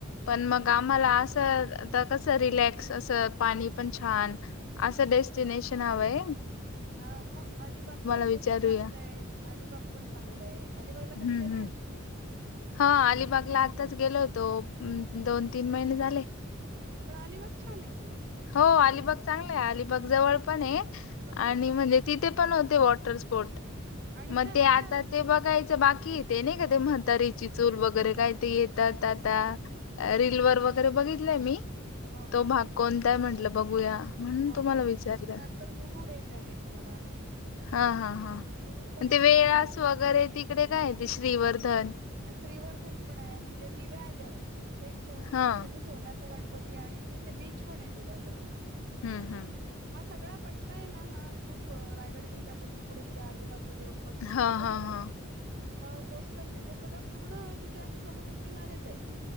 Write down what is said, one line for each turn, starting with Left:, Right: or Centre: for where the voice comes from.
Left: पण
Right: अच्छा.
Left: मग आम्हाला असं तर कस रिलेक्स अस पाणी पण छान अस देस डेस्टिनेशन हवय.
Right: हा मग अलिबाग पण
Left: विचारूया.
Right: तस चांगलं आहे, अलिबाग पण चांगलं आहे, अलिबागला
Left: हम्म
Right: कधी गेलायत?
Left: हम्म हा अलिबागला आताच गेलो होतो दोन तीन महिने झाले.
Right: पण अलिबाग छान आहे मग.
Left: हो अलिबाग चांगलं आहे अलिबाग जवळ पण आहे
Right: हो,
Left: आणि
Right: हो.
Left: म्हणजे तिथे पण होते वॉटर स्पोर्ट,
Right: आणि
Left: मग
Right: हां,
Left: ते आता
Right: हां,
Left: ते बघायचं बाकी येते नाही का ते म्हतारीची चूर वगैरे काय ते येतात आता
Right: हां.
Left: रीलवर वगैरे बघितलंय मी
Right: हो,
Left: तो
Right: हो.
Left: भाग कोणताय म्हंटलं बघूया. म्हणून
Right: हो
Left: तुम्हाला
Right: हो,
Left: विचारलं
Right: नंतर मुरुड एक आहे तुम्हाला.
Left: आ हा हा
Right: मुरुड पण आहे
Left: ते
Right: का
Left: वेळास
Right: फिरण्याचं?
Left: वगैरे तिकडे काय आहे ते श्रीवर्धन?
Right: श्रीवर्धन पण आहे म्हणजे दिव्यागर म्हणजे तिथे एक सो
Left: हा
Right: म्हणजे ते सोन्या चा गणपती आणि तिथे बीच पण आहे दिव्यागरला.
Left: हम्म हा!
Right: हा सगळा पट्टा आहे ना हा खूप रायगड जिल्ह्यापासून पुढे म्हणजे अलिबाग बिलिबाग पासून
Left: हा
Right: पुढे तो
Left: हा
Right: सगळा
Left: हा
Right: कोस्टल म्हणजेच सगळं पूर्ण तिथे असं समुद्र किनारीचाय.